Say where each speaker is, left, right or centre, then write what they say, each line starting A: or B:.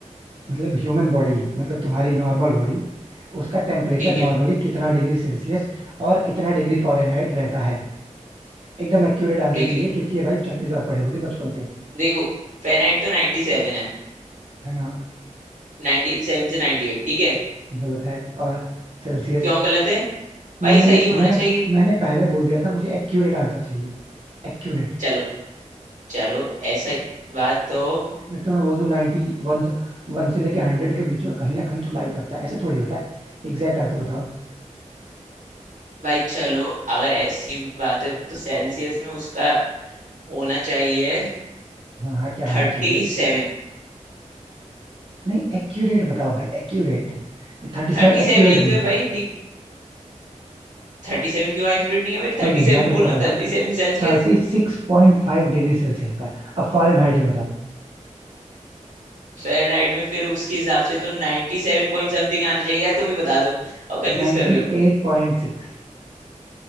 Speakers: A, on the right (about 40°); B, on the right (about 75°).
A: मतलब ह्यूमन बॉडी मतलब तुम्हारी नॉर्मल बॉडी उसका टेम्परेचर
B: ठीक
A: नॉर्मली
B: है
A: कितना डिग्री सेल्सियस और कितना डिग्री फॉरेनहाइट रहता है एकदम एक्यूरेट आंसर
B: लेकिन
A: चाहिए क्योंकि ये भाई चालीस बार पढ़े होगे बचपन से
B: देखो फेनाइट तो 97 है
A: हाँ
B: 97 से 98 ठीक है
A: गलत है और सेल्सियस
B: क्यों गलत है
A: मैंने
B: भाई
A: मुझे
B: सही होना
A: मैंने
B: चाहिए
A: मैंने पहले बोल दिया था मुझे एक्यूरेट आंसर चाहिए एक्यूरेट
B: चलो चलो ऐसा बात तो
A: फिर तो मैं बोल दूं 91 वन वन से लेके हंड्रेड के बीच में कहीं ना कहीं तो लाई करता है ऐसे थोड़ी होता है एग्जैक्ट आंसर बताओ
B: भाई चलो अगर ऐसी बात है तो सेल्सियस में उसका होना चाहिए
A: हाँ हाँ क्या
B: थर्टी
A: होना चाहिए
B: सेवन
A: नहीं एक्यूरेट बताओ भाई एक्यूरेट ये थर्टी
B: थर्टी
A: सेवन एक्यूरेट
B: सेवन ही
A: नहीं
B: तो है
A: होता
B: भाई थर्टी सेवन क्यों एक्यूरेट नहीं है भाई
A: कोई
B: थर्टी
A: नहीं
B: सेवन
A: मैं तुमको
B: बोलना
A: बताता
B: थर्टी
A: हूँ
B: सेवन सेल्सियस
A: thirty six point five degree Celsius होता है अब फॉरेन हाइट में बताओ
B: फ़ारेनहाइट में फिर उसके हिसाब से तो 97 सेवन पॉइंट समथिंग आना चाहिए यार तुम ही बता दो और कंफ्यूज
A: Ninety
B: कर रहे हो
A: eight point six